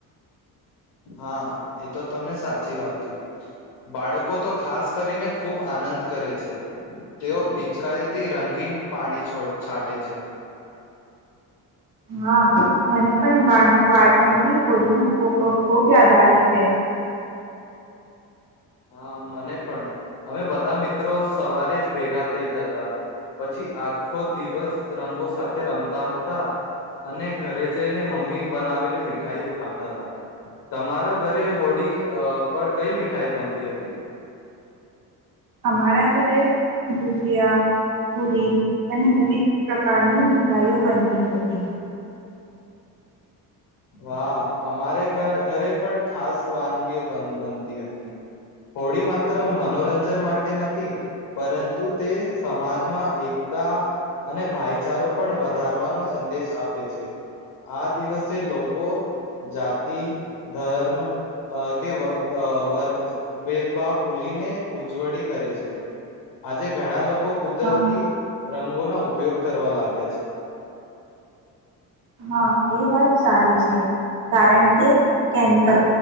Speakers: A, on the left; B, on the right.
A: હા એ તો તમે‌ સાચી વાત કીધી, બાળકો તો ખાસ કરીને ખૂબ આનંદ કરે છે, ‌તેઓ પિચકારીથી રંગીન પાણી છો છાંટે છે.
B: હા, મને પણ બા બાળપણથી હોળીનું ખૂબ યાદ આવે છે.
A: હાં મને પણ, અમે બધાં મિત્રો સવારે જ ભેગા થઈ જતા, પછી આખો દિવસ રંગો સાથે રમતા હતા, અને ઘરે જઈને મમ્મી બનાવેલી મીઠાઈઓ ખાતા હતા, તમારો ઘરે હોડી પર કઈ મીઠાઈ બનતી હતી?
B: અમારા ઘરે ગુજિયા, પુરી અને વિવિધ પ્રકારની મીઠાઈઓ બનતી હતી.
A: વાહ અમારે ઘરે પણ ખાસ વાનગીઓ બનતી હતી, હોડી માત્ર મનોરંજન માટે નથી, પરંતુ તે સમાજમાં એકતા અને ભાઈચારો પણ વધારવાનો સંદેશ આપે છે, આ દિવસે લોકો લોકો જાતિ, ધર્મ કે વર્ગ ભેદભાવ ભૂલીને ઉજવણી કરે છે, આજે ઘણાં લોકો કો કુદરતી
B: હા
A: રંગોના ઉપયોગ કરવા લાગ્યાં છે.
B: હા એ વાત સારી છે, કારણ કે કેમિકલ